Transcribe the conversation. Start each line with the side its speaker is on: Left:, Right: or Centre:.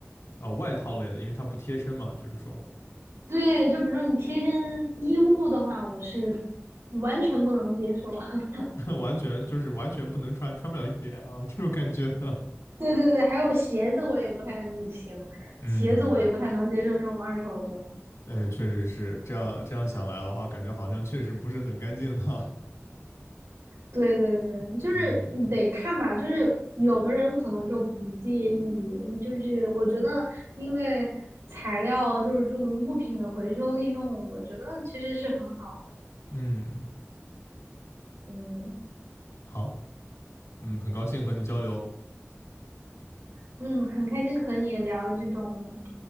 Left: 呃外套类的，因为它不贴身嘛，就是说
Right: 对，就比如说你贴身衣物的话，我是完全不能接受。<laughs>
Left: <laughs> 完全就是完全不能穿，穿不了一点啊，<laughs> 这种感觉。<laughs>
Right: 对对对，还有鞋子我也不太行，
Left: 嗯，
Right: 鞋子我也不太能接受那种二手的。
Left: 呃，确实是这样。这样想来的话，感觉好像确实不是很干净的。
Right: 对对对，
Left: <laughs>
Right: 就是你得看吧，
Left: 嗯
Right: 就是有的人可能就不介意，嗯就是我觉得因为材料就是这种物品的回收利用，我觉得其实是很好的。
Left: 嗯，
Right: 嗯
Left: 好，嗯，很高兴和你交流。
Right: 嗯，很开心和你聊这种